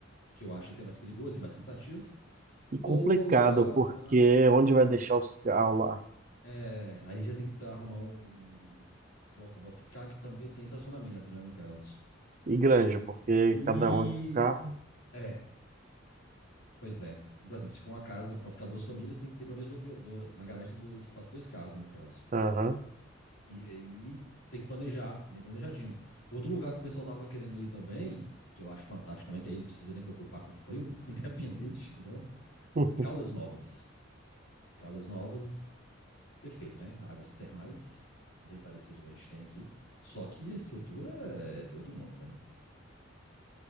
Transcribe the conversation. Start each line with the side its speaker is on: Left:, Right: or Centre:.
Left: que eu acho até mais perigoso e mais cansativo,
Right: E complicado,
Left: ou alugar,
Right: porque
Left: alugar.
Right: onde vai deixar os carros lá?
Left: É, aí já tem que tá, arrumar um um local para ficar, que também tem estacionamento, né, no caso.
Right: E grande, porque
Left: E
Right: cada um é com carro.
Left: é, pois é. Por exemplo, se for uma casa para ficar duas famílias, tem que ter pelo menos duas, duas- na garagem tem dois, espaço para dois carros, né, no caso.
Right: Aham.
Left: E aí tem que planejar, bem planejadinho. Outro lugar que o pessoal tava querendo ir também, que eu acho fantástico também, que aí não precisa nem preocupar com frio, <laughs> independente do ano.
Right: <laughs>
Left: Caldas Novas. Caldas Novas, perfeito, né? Águas termais, bem parecido com o que a gente tem aqui. Só que a estrutura é de outro mundo, né?